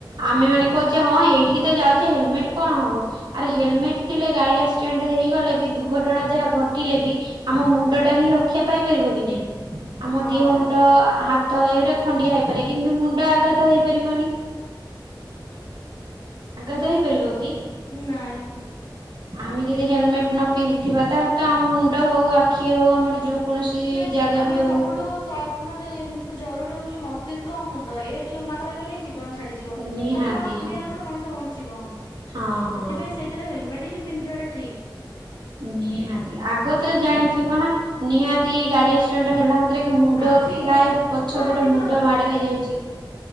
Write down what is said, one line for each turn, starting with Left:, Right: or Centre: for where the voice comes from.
Right: ଆମେ ମାନେ କହୁଛେ ହଁ ଏଇଠିକି ତ ଯାଉଛେ ହେଲମେଟ୍ କଣ ହବ? ଆରେ ହେଲମେଟ୍ ଥିଲେ ଗାଡ଼ି ଆକ୍ସିଡେଣ୍ଟ ହେଇଗଲେ ବି ଦୁକ୍ ଘଟଣା ଯାହା ଘଟିଲେ ବି ଆମ ମୁଣ୍ଡ ଟା ହିଁ ରକ୍ଷା ପାଇପାରିବ କି ନାହିଁ? ଆମ
Left: ହଁ
Right: ଦେହ ମୁଣ୍ଡ ହାତ ଏଗୁଡା ଖଣ୍ଡିଆ ହେଇପାରେ କିନ୍ତୁ ମୁଣ୍ଡ ଆଘାତ ହେଇପାରିବନି। ଆଘାତ ହେଇପାରିବ କି?
Left: ନାଇଁ।
Right: ଆମେ ଯଦି ହେଲମେଟ୍ ନ ପିନ୍ଧିଥିବା ତାହେଲେ ତ ଆମ ମୁଣ୍ଡ ହଉ ଆ ଆଖି ହଉ ଆମର ଯୋଉ କୌଣସି
Left: ନାଇଁ
Right: ଜାଗା
Left: ଆମର
Right: ବି ହଉ
Left: ସଫ୍ଟ ସବୁଠୁ ମାନେ ଏ ଜିନିଷ ଜରୁରୀ ହଉଛି ମସ୍ତିଷ୍କ ଆଉ ମୁଣ୍ଡ ଏ ଟିକେ ମାଡ଼ ହେଇଗଲେ ହିଁ ଜୀବନ ଛାଡି ଯିବ
Right: ନିହାତି
Left: ହାତ ଗୋଡ଼ ଖଣ୍ଡିଆ
Right: ହଁ
Left: ହେଲେ ତ ମଣିଷ ବଞ୍ଚିବ
Right: ହଁ ହଁ
Left: ସେଥିପାଇଁ ସେଇ ଥିରେ ହେଲ୍ମେଟ୍ ହଁ ପିନ୍ଧିବାଟା ଠିକ୍।
Right: ନିହାତି ଆଗ ତ ଜାଣିଥିବ ନା ନିହାତି ଗାଡ଼ି ଆ ଆକ୍ସିଡେଣ୍ଟ ହେଲା ମାତ୍ରେ କି ମୁଣ୍ଡ
Left: ଆଖି
Right: ପ୍ରାୟ ପଛପଟ
Left: ଆମ ଆଖି
Right: ମୁଣ୍ଡ
Left: ତ
Right: ମାଡ଼ ହେଇଯାଉଛି।